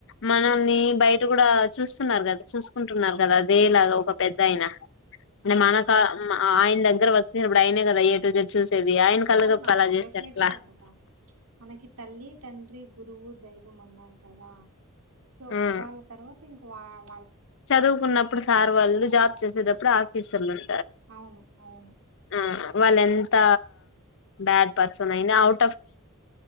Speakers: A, on the left; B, on the right.
A: మనల్ని బయ కూడా చూస్తున్నారు కదా చూసుకుంటున్నారు కదా అదేలాగ ఒక పెద్ద ఆయిన అంటే
B: ఉమ్
A: మనక ఆయన దగ్గ ందరూ వచ్చినప్పుడు ఆయనే కదా ఎ టు జడ్ చూస్ ది ఆయన కళ్ళ
B: అవునవును
A: గొప్ప అలా చేస్తె
B: డెఫినెట్గా
A: ఎట్లా
B: కదా మనకి తల్లి తండ్రి గురువు దైవం అన్నారు కదా సో
A: ఉమ్
B: వాళ్ళ తర్వాత ఇంక్ వావ్
A: చదువుకున్నప్పుడు సార్ వాళ్ళు జా చేసేటప్పుడు ఆఫిస్ ఉన్నయ్
B: అవును అవును
A: ఉం వాళ్ళఎంత బ్యాట్ పర్సన్ అయినా అవ్